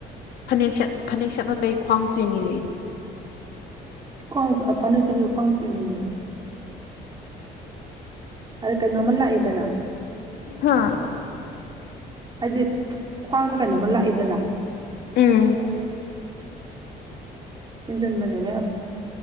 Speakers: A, on the left; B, on the right.
A: ꯐꯅꯦꯛ ꯁꯠ ꯐꯅꯦꯛ ꯁꯠꯂꯝꯝꯕꯩ ꯈ꯭ꯋꯥꯡ ꯆꯦꯡꯉꯅꯦ
B: ꯈꯋ꯭ꯥꯡ ꯐꯅꯦꯛ ꯁꯦꯠꯄꯁꯦ ꯈꯋ꯭ꯥꯡ ꯆꯤꯟꯕꯅꯤ ꯑꯗ ꯀꯩꯅꯣꯝꯃ ꯂꯥꯛꯏꯗꯅ
A: ꯍꯥ
B: ꯍꯥꯏꯗꯤ ꯈ꯭ꯋꯥꯡꯗ ꯀꯩꯅꯣꯝꯃ ꯂꯥꯛꯏꯗꯅ
A: ꯎꯝ
B: ꯍꯦꯟꯖꯤꯟꯕꯅꯦꯕ ꯌꯥꯝ